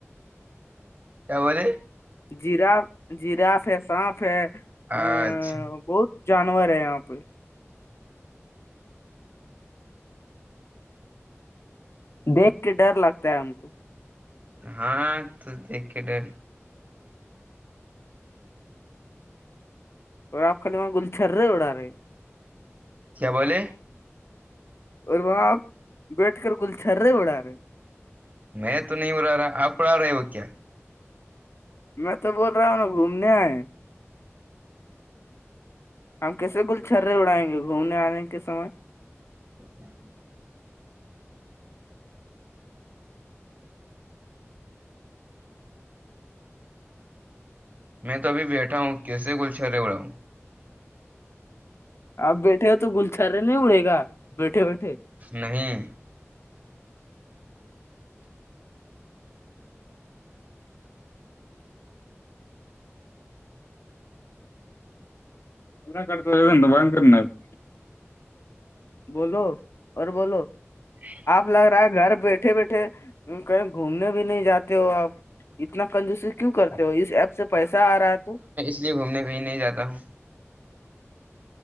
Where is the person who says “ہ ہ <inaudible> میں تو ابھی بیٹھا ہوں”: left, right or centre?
Right